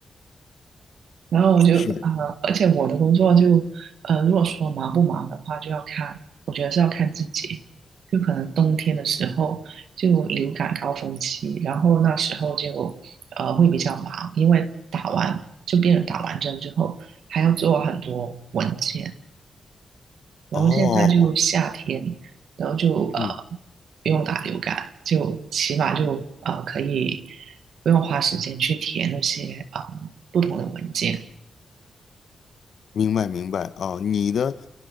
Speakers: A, on the right; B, on the left.
A: 然后我就呃，
B: 是
A: 而且我的工作就呃，如果说忙不忙的话，就要看，我觉得是要看季节。就可能冬天的时候就流感高峰期，然后那时候就呃会比较忙，因为打完就病人打完针之后还要做很多文件，然后现在就夏天，
B: 哦。
A: 然后就呃
B: 嗯。
A: 不用打流感，就起码就呃可以不用花时间去填那些啊、呃不同的文件。
B: 明白明白啊，你的